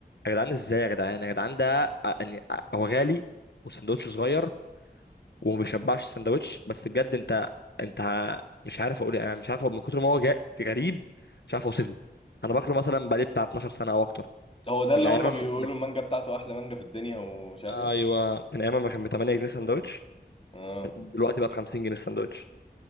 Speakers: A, on the left; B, on the left.
A: يا جدعان ازاي يا جدعان يا جدعان ده أ- يعني أ- هو غالي والسندوتش صغير وما بيشبعش السندوتش بس بجد انت انت ه- مش عارف اقول ايه، انا مش عارف هو من كتر ما هو جا- غريب مش عارف اوصفه انا باكله مثلا بقالي بتاع 12 سنه او اكتر
B: هو ده اللي
A: من ايام
B: هم بيقولوا
A: من
B: المانجا بتاعته احلى مانجا في الدنيا ومش عارف
A: آه،
B: ايه
A: ايوه من ايام ما كان ب 8 جنيه سندوتش
B: اه
A: دلوقتي بقى ب 50 جنيه السندوتش